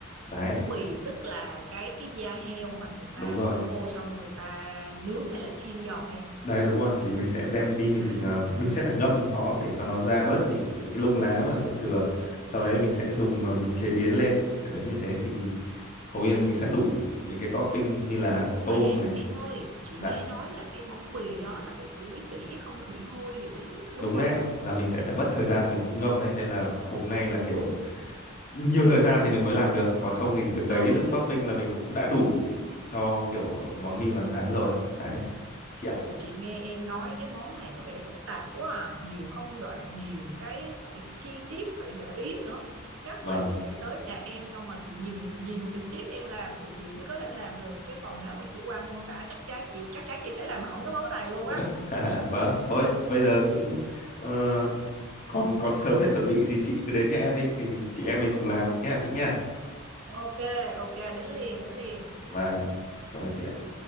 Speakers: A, on the left (about 40°); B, on the right (about 80°).
A: đấy
B: bóng bì tức là cái cái da heo mà người ta
A: đúng rồi
B: phơi khô xong người ta nướng hay là chiên giòn em
A: Đây đúng rồi, thì mình sẽ đem đi mình
B: à
A: ờ,
B: à
A: mình sẽ phải ngâm nó để cho nó ra bớt những những cái lông lá mà kiểu thừa. Sau đấy mình sẽ dùng mà mình chế biến lên. Đấy như thế thì mình hầu như là mình sẽ đủ những cái topping như là
B: ui
A: tôm
B: mà em
A: này.
B: em ơi chị
A: Dạ,
B: nghe nói là cái bóng bì đó là phải xử lý kỹ chứ không nó bị hôi dữ lắm á,
A: đúng
B: đúng không
A: đấy ạ, là mình sẽ phải mất thời gian mình cũng ngâm đấy nên là hôm nay là
B: ừ
A: kiểu nhiều thời gian thì mình mới làm được, còn không thì từng đấy
B: à, ok
A: topping là mình cũng đã đủ cho kiểu món mì vằn thắn rồi. Đấy, chị ạ.
B: Ồ, chị nghe em nói cái món này có vẻ phức tạp quá à. Nhiều công đoạn, nhiều cái phải chi tiết phải để ý nữa. Chắc
A: Vâng.
B: là chị phải tới nhà em xong rồi chị nhìn nhìn trực tiếp em làm thì chị mới có thể làm được chứ còn nếu mà chỉ qua mô tả chắc chắn chị chắc chắn chị sẽ làm hỏng cái món này luôn á.
A: <laughs> Vâng, thôi,
B: Ừ.
A: bây giờ cũng ờ, còn còn sớm để chuẩn bị thì chị cứ đến nhà em đi thì chị em mình cùng làm nha chị nha
B: Ok, ok, đến liền, đến liền.
A: và cảm ơn chị ạ